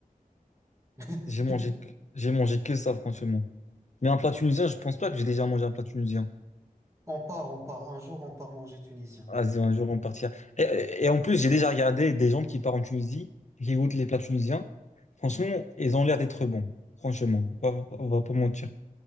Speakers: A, on the right; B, on the left.
A: <laughs>
B: J'ai mangé, que- j'ai mangé que ça, franchement. Mais un plat tunisien, je pense pas que j'ai déjà mangé un plat tunisien.
A: On part, on part. Un jour, on part manger tunisien.
B: Vas-y, un jour, on partira. Et, et en plus, j'ai déjà regardé des gens qui partent en Tunisie et qui goûtent les plats tunisiens. Franchement, ils ont l'air d'être bons. Franchement, on va, on va pas mentir.